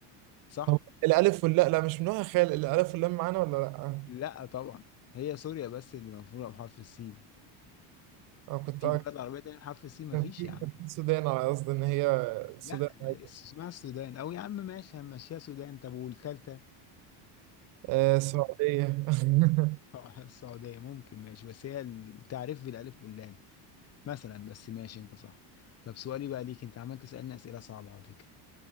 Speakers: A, on the left (about 30°); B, on the right (about 40°).
A: صح
B: طب الألف واللا لا مش من نوع خال الألف واللام معانا ولا لأ؟
A: لا طبعا هي سوريا بس اللي مفروضة بحرف السين
B: أنا كنت
A: في بلاد عربية تانية بحرف السين مفيش
B: كان في
A: يا عم
B: كان في السودان على قصد ان هي السودان
A: لا
B: عادي.
A: اسمها السودان او يا عم ماشي هنمشيها سودان طب والتالتة
B: آه السعودية <laughs>
A: آه، <laughs> السعودية ممكن ماشي بس هي التعريف بالألف واللام مثلا بس ماشي أنت صح طب سؤالي بقى ليك أنت عمال تسألني أسئلة صعبة على فكرة